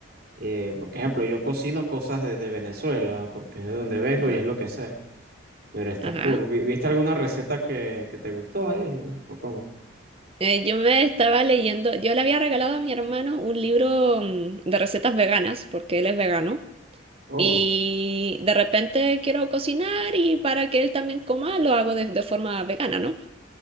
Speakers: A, on the right (about 45°); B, on the right (about 25°).
A: Eh, por ejemplo, yo cocino cosas de, de Venezuela, porque es de donde vengo
B: Ajá,
A: y es lo que sé, pero está
B: ajá.
A: cool. Vi- ¿Viste alguna receta que, que te gustó ahí? ¿O o cómo?
B: Eh, yo me estaba leyendo, yo le había regalado a mi hermano un libro mm, de recetas veganas, porque él es vegano,
A: Oh,
B: y de repente quiero cocinar y para que él también coma, lo hago de, de forma vegana, ¿no?